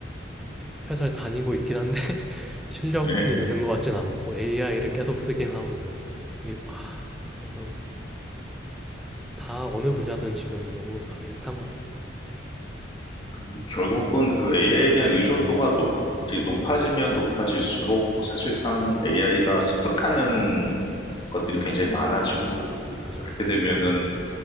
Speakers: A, in the centre; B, on the left.
A: 회사를 다니고 있긴 한데 <laughs> 실력이
B: 네.
A: 느는 것 같진 않고 AI를 계속 쓰긴 하고 이게 아 그래서 다 어느 분야든 지금 너무 다 비슷한 것 같아요.
B: 그 결국은 그 AI에 대한 의존도가 놀- 이렇게 높아지면 높아질수록
A: 네,
B: 사실상 AI가 습득하는 것들이 굉장히 많아지고
A: 그죠.
B: 그렇게
A: 네,
B: 되면은
A: 맞아요.